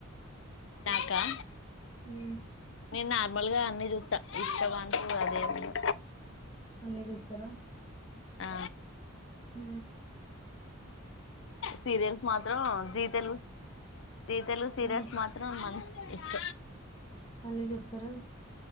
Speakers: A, on the left; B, on the left.
A: నాకా
B: ఉ
A: నేను నార్మల్గా అన్నీ చూస్తా ఇష్టం అంటు అదేం ఉండదు
B: అన్నీ చూస్తారా
A: ఆ
B: ఉ
A: సీరియల్స్ మాత్రం జీ తెలుగు జి తెలుగు సీరియల్స్
B: మ్మ్.
A: మాత్రం మన్ ఇష్ట
B: అన్నీ చూస్తారా